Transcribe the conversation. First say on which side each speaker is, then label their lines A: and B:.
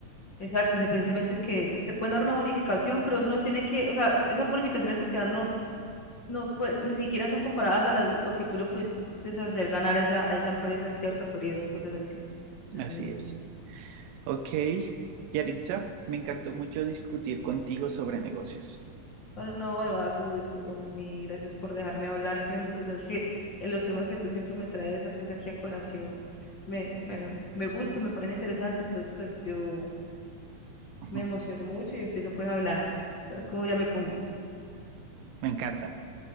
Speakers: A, on the left (about 40°); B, on the right (about 75°).
A: Exacto, independientemente que te pueden dar una bonificación, pero eso no tiene que, o sea, esas bonificaciones que te dan no, no, pues, ni siquiera son comparadas a las, lo que tú le pudiste hacer ganar a esa, a esa empresa en cierto periodo, cosas así. Entonces,
B: Así
A: no.
B: es. Ok, Yaritza, me encantó mucho discutir contigo sobre negocios.
A: no no, no, Eduardo, discúlpame, mi, gracias por dejarme hablar siempre. Tú sabes que en los temas que tú siempre me traes pues, aquí a colación, me, me, me gusta, me parece interesante entonces pues yo
B: Ujú.
A: me emociono mucho y empiezo pues a hablar. ¿Sabes cómo ya me pongo?
B: Me encanta.